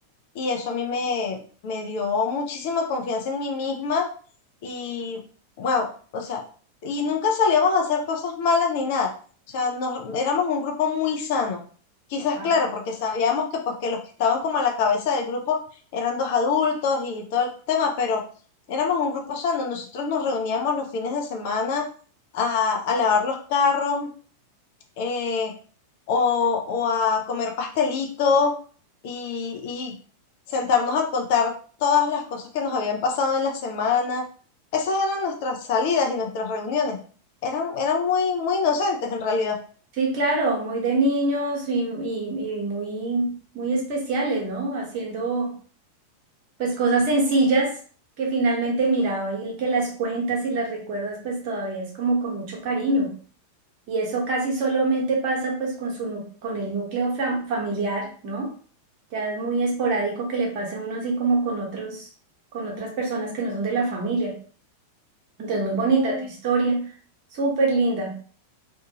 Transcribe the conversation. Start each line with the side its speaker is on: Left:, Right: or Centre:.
Left: y eso a mí me, me dio muchísima confianza en mí misma y, wow, o sea, y nunca salíamos a hacer cosas malas ni nada. O sea, nos, éramos un grupo muy sano. Quizás,
Right: Ah,
Left: claro, porque sabíamos que, pues, que los que estaban como a la cabeza del grupo eran dos adultos y todo el tema, pero éramos un grupo sano. Nosotros nos reuníamos los fines de semana a, a lavar los carros, eh, o, o a comer pastelito y, y sentarnos a contar todas las cosas que nos habían pasado en la semana. Esas eran nuestras salidas y nuestras reuniones. Eran, eran muy, muy inocentes en realidad.
Right: Sí, claro, muy de niños y, y- y muy, muy especiales, ¿no? Haciendo pues cosas sencillas que finalmente miraba y que las cuentas y las recuerdas pues todavía es como con mucho cariño. Y eso casi solamente pasa pues con su, nu- con el núcleo fam- familiar, ¿no? Ya es muy esporádico que le pase a uno así como con otros, con otras personas que no son de la familia. Entonces, muy bonita
Left: Mm,
Right: tu historia, súper linda.